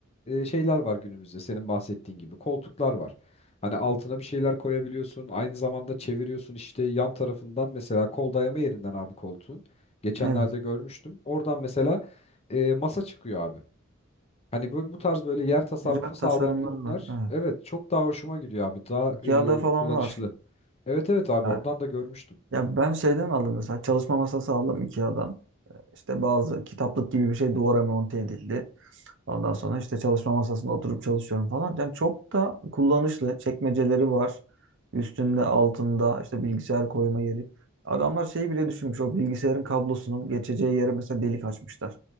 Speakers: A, on the left; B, on the right.
A: e, şeyler var günümüzde senin bahsettiğin gibi. Koltuklar var. Hani altına bir şeyler koyabiliyorsun. Aynı zamanda çeviriyorsun işte yan tarafından mesela kol dayama yerinden abi koltuğun. Geçenlerde
B: Evet.
A: görmüştüm. Oradan mesela e, masa çıkıyor abi. Hani bu, bu tarz böyle yer tasarrufu
B: Güzel
A: sağlayan
B: tasarımlar
A: ürünler
B: var. Evet.
A: evet çok daha hoşuma gidiyor abi. Daha
B: Ikea'da falan
A: e, kullanışlı.
B: var.
A: Evet evet abi
B: Yani,
A: oradan da görmüştüm.
B: ya ben şeyden aldım mesela çalışma masası aldım Ikea'dan. İşte bazı kitaplık gibi bir şey duvara monte edildi. Ondan sonra işte çalışma masasında oturup çalışıyorum falan. Yani çok da kullanışlı. Çekmeceleri var. Üstünde, altında işte bilgisayar koyma yeri. Adamlar şeyi bile düşünmüş. O bilgisayarın kablosunun geçeceği yere mesela delik açmışlar